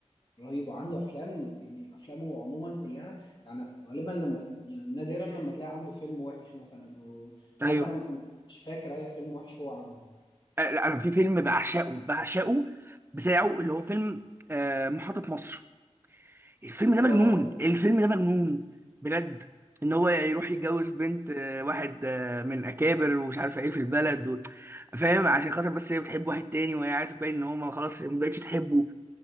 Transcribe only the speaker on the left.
رهيبه عنده افلام يعني افلامه عموما كلها يعني غالبا لما ت- يعني نادرا لما تلاقي عنده فيلم وحش مثلا او
حتى انا م- مش فاكر اي فيلم وحش هو عمله
اه